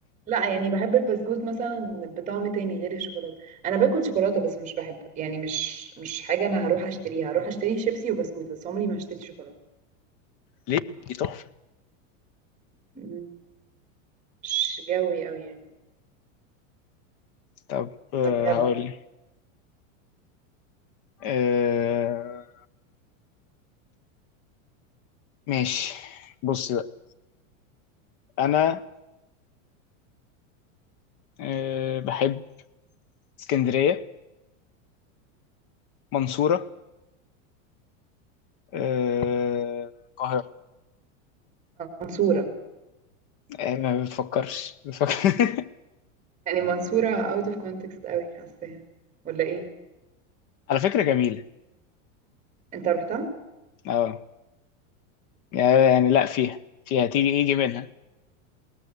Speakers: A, on the right; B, on the left.
A: لا يعني بحب البسكوت مثلا بطعم تاني غير الشوكولاته انا باكل شوكولاته بس مش بحب يعني مش مش حاجه انا هروح اشتريها هروح اشتري شيبسي وبسكوت بس عمري ما اشتري شوكولاته
B: ليه دي تحفة
A: م- مش جوي قوي يعني
B: طب آه،
A: طب يلا
B: هقول لك. آه... ماشي بص بقى أنا آه... بحب اسكندرية منصورة آه، القاهرة
A: منصوره
B: آه، ما بتفكرش بتفكر <laughs>
A: يعني منصوره اوت اوف كونتكست قوي حاساها ولا ايه
B: على فكرة جميلة
A: انت رحتها
B: اه يعني لا فيها فيها تيجي يجي منها